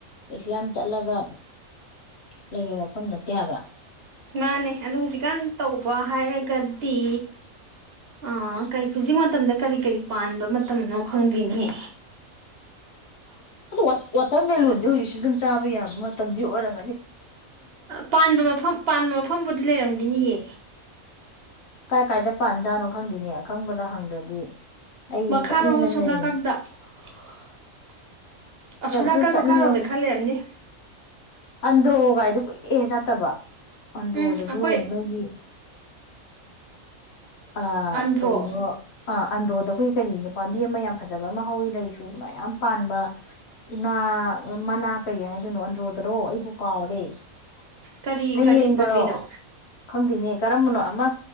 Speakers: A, on the left; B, on the right.
A: ꯀꯩꯁꯨ ꯌꯥꯝ ꯆꯠꯂꯒ ꯂꯩꯕ ꯃꯐꯝꯗ ꯠꯇꯕ
B: ꯃꯥꯅꯦ ꯑꯣ ꯍꯧꯖꯤꯛꯀꯥꯟ ꯇꯧꯕ ꯍꯥꯏꯔꯒꯗꯤ ꯑ ꯀꯩ ꯍꯧꯖꯤꯛ ꯃꯇꯝꯗ ꯀꯔꯤ ꯀꯔꯤ ꯄꯥꯟꯕ ꯃꯇꯝꯅꯣ ꯈꯪꯗꯦꯅꯦꯍ
A: ꯑ ꯑꯣꯠꯇ ꯃꯦꯂ ꯑꯣꯏꯦ ꯏ ꯁꯤ ꯑꯗꯨꯝ ꯆꯥꯕ ꯌꯥꯕ ꯃꯇꯝ ꯑꯣꯏꯔꯛ
B: ꯄꯥꯟꯕ ꯃꯐꯝ ꯄꯥꯟꯕ ꯃꯐꯝꯕꯨꯗꯤ ꯂꯩꯔꯝꯒꯅꯤꯌꯦ
A: ꯀꯥꯏ ꯀꯥꯏꯗ ꯄꯥꯟꯖꯥꯠꯅꯣ ꯈꯪꯗꯅꯦ ꯈꯪꯕꯗ ꯍꯪꯗ꯭ꯔꯗꯤ ꯑꯩ
B: ꯃꯈꯥꯔꯣꯝ
A: ꯆꯠꯅꯤꯡꯗꯅ
B: ꯑꯁꯣꯝ
A: ꯂꯩꯔ
B: ꯅꯥꯀꯟꯗ <unintelligible> ꯑꯁꯣꯝ ꯅꯥꯀꯜ
A: ꯁꯨꯝ ꯆꯠꯅꯤꯡꯕꯅꯦ
B: ꯄ ꯈꯔꯣꯗꯤ ꯈꯜꯂꯦꯕꯅꯤ
A: ꯑꯟ꯭ꯔꯣꯥꯏ ꯑꯗꯨ ꯀꯨꯏꯑꯦ ꯆꯠꯇꯕ ꯑꯟꯗ꯭ꯔꯣꯗꯁꯨ
B: ꯎꯝ ꯑꯩꯈꯣꯏ
A: ꯅꯣꯏꯒꯤ ꯑ
B: ꯑꯟꯗ꯭ꯔꯣ
A: ꯀꯔꯤꯅꯣ ꯑ ꯑꯟꯗ꯭ꯔꯣꯗ ꯑꯩꯈꯣꯏ ꯀꯔꯤ ꯅꯨꯄꯥꯝꯕꯤ ꯑꯃ ꯌꯥꯝ ꯐꯖꯕ ꯑꯃ ꯍꯥꯎꯤ ꯂꯩꯁꯨ ꯃꯌꯥꯝ ꯄꯥꯟꯕ ꯎꯅꯥ ꯃꯅꯥ ꯀꯩ ꯍꯥꯏꯗꯣꯏꯅꯣ ꯔꯨꯗ꯭ꯔꯣ ꯑꯩꯕꯨ ꯀꯥꯎ ꯂꯩꯦ <unintelligible>
B: ꯀꯔꯤ
A: ꯍꯌꯦꯡꯗꯔꯣ
B: ꯀꯔꯤ ꯄꯥꯝꯕꯤꯅꯣ
A: ꯈꯪꯗꯅꯦ ꯀꯔꯝꯕꯅꯣ ꯑꯃ